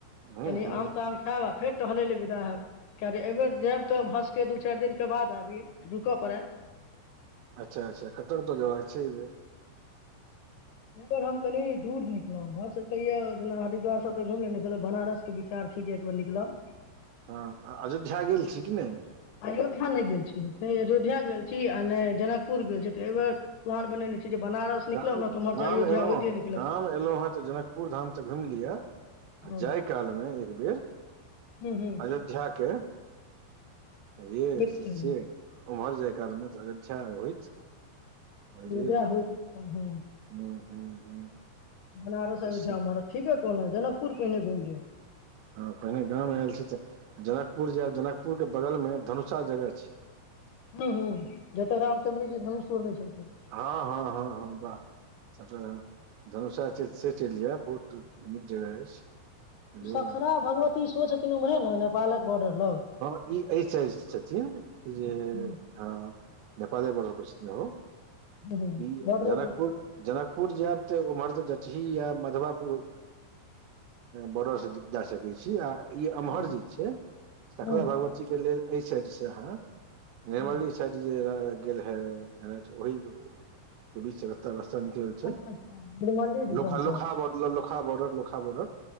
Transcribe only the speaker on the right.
हूँ
हूँ
अच्छा अच्छा कतर त जबाक बाक छै
हँ अयोध्या गेल छी कि नहि
गाम
गाम
एलहु
ह
गाम एलहु हें तऽ जनकपुर धाम त घुम लिअ
जाय कालमे एक बेर
अयोध्याके जे
से
ओम्हर जाय कालमे तऽ अयोध्या होइत
अरे
हूँ हूँ हूँ
तऽ
से
हँ पहिने गाँव मे आयल छी तऽ जनकपुर जायब जनकपुर के बगल मे धनुषा जगह छी
हँ हँ हँ हँ बाह हम धनुषा छै से चलि जायब बहुत नीक जगह अछि बुझलियै
हँ ई एहि साइड से छथिन जे
हँ नेपाले बोर्डर पर छलैह
जनकपुर
जनकपुर जायब तऽ उम्हर से जटही या मधबापुर बॉर्डरसँ जा सकैत छी आ ई
अम्हर जे छै सकरा
भगवती के लेल एहि साइड से यहाँ निर्मली
जे गेल हे ओहि के बीच रस्ता रस्ता निकलल छै
लोकहा
लोकहा लोखा बर्डर लोखा बर्डर